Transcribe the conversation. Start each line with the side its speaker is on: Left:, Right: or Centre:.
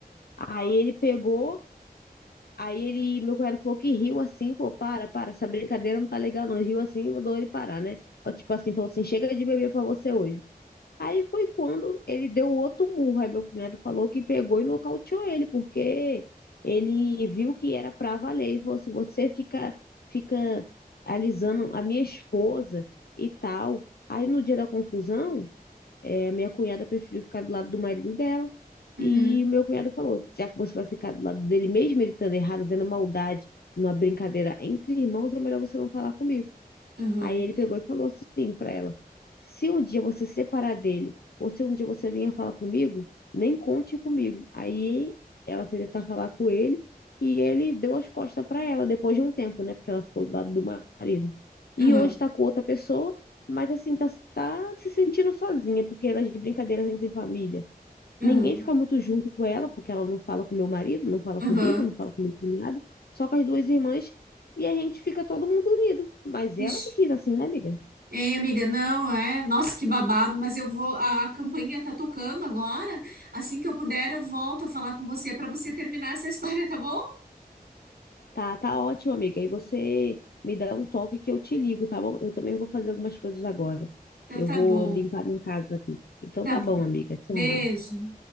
Left: Aí ele pegou. Aí ele, meu cunhado falou que riu assim, pô, para, para, essa brincadeira não tá legal não. Ele Riu assim e mandou ele parar, né? Ó, Tipo assim, falou assim, chega de beber pra você hoje. Aí foi quando ele deu outro murro. Aí meu cunhado falou que pegou e nocauteou ele, porque ele viu que era pra valer. Ele falou assim, você fica, fica alisando a minha esposa e tal. Aí no dia da confusão, é, minha cunhada preferiu ficar do lado do marido dela.
Right: Uhum,
Left: E o meu cunhado falou: já que você vai ficar do lado dele, mesmo ele estando errado, vendo maldade, numa brincadeira entre irmãos, é melhor você não falar comigo.
Right: uhum,
Left: Aí ele pegou e falou assim pra ela: se um dia você se separar dele, ou se um dia você vier falar comigo, nem conte comigo. Aí ela foi tentar falar com ele e ele deu as costas pra ela depois de um tempo, né? Porque ela ficou do lado do marido. E
Right: uhum,
Left: hoje tá com outra pessoa, mas assim, tá, tá se sentindo sozinha, porque é das brincadeiras entre família.
Right: uhum,
Left: Ninguém fica muito junto com ela, porque ela não fala com meu marido, não fala
Right: uhum.
Left: comigo, não fala com meu cunhado, só com as duas irmãs, e a gente fica todo mundo unido. Mas
Right: Vixe.
Left: ela que quis assim, né, amiga?
Right: Ei, amiga, não, é? Nossa, que babado, mas eu vou. A, a campainha tá tocando agora. Assim que eu puder, eu volto a falar com você para você terminar essa história, tá bom?
Left: Tá, tá ótimo, amiga. E você me dá um toque que eu te ligo, tá bom? Eu também vou fazer algumas coisas agora.
Right: Então
Left: Eu
Right: tá
Left: vou
Right: bom,
Left: limpar minha casa aqui. Então
Right: tá
Left: tá
Right: bom.
Left: bom, amiga. Tchau.
Right: Beijo.